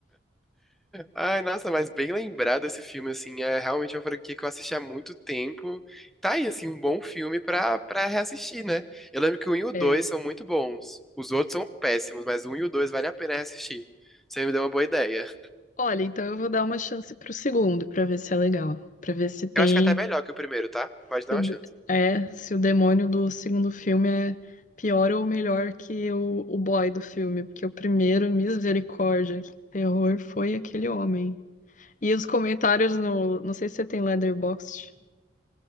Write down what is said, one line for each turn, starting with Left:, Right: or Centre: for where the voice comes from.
Centre: Ai, nossa, mas bem lembrado esse filme, assim. É realmente uma franquia que eu assisti há muito tempo. Tá aí, assim, um bom filme pra, pra reassistir, né? Eu lembro que o um e o
Left: É,
Centre: 2 são muito bons. Os outros são péssimos, mas o um e o 2 vale a pena reassistir. Você me deu uma boa ideia.
Left: Olha, então eu vou dar uma chance pro segundo pra ver se é legal, Pra ver se tem,
Centre: Eu acho que é até melhor que o primeiro, tá? Pode
Left: se
Centre: dar
Left: o,
Centre: uma
Left: de-
Centre: chance.
Left: é, se o demônio do segundo filme é pior ou melhor que o, o boy do filme, porque o primeiro, misericórdia, que terror foi aquele homem. E os comentários no, não sei se você tem Letterboxd,